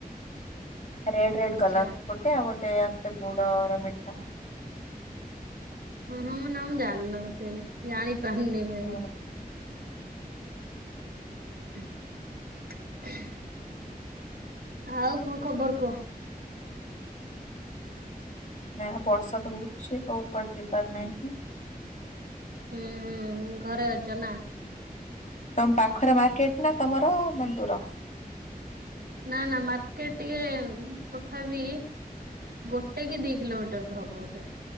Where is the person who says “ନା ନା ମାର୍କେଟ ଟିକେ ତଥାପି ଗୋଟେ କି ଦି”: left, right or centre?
Right